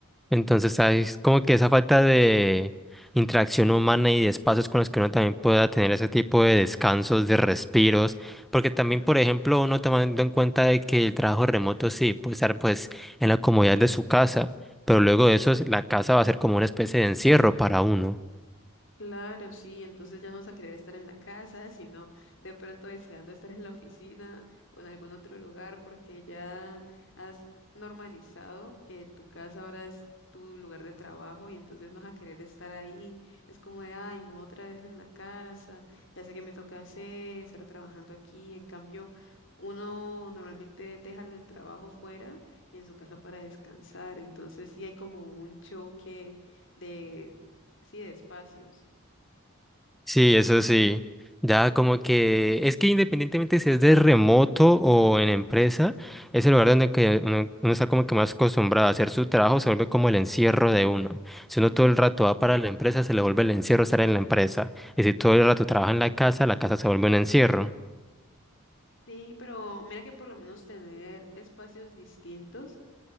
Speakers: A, in the centre; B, on the left.
A: Entonces, ah, es como que esa falta de interacción humana y de espacios con los que uno también pueda tener ese tipo de descansos, de respiros, porque también, por ejemplo, uno tomando en cuenta de que el trabajo remoto sí puede estar pues en la comodidad de su casa, pero luego de eso es- la casa va a ser como una especie de encierro para uno.
B: Claro, sí, entonces ya no vas a querer estar en la casa, <laughs> sino de pronto deseando estar en la oficina o en algún otro lugar, porque ya has normalizado que tu casa ahora es tu lugar de trabajo y entonces no vas a querer estar ahí. Es como de, ay, no otra vez en la casa, ya sé qué me toca hacer, estar trabajando aquí. En cambio, uno normalmente deja lo del trabajo fuera y en su casa para descansar, entonces sí hay como un choque de, sí, de espacios.
A: Sí, eso sí. Ya como que es que independientemente si es de remoto o en empresa, es el lugar donde que uno, uno está como que más acostumbrado a hacer su trabajo, se vuelve como el encierro de uno. Si uno todo el rato va para la empresa, se le vuelve el encierro estar en la empresa. Y si todo el rato trabaja en la casa, la casa se vuelve un encierro.
B: Sí, pero mira que por lo menos tener espacios distintos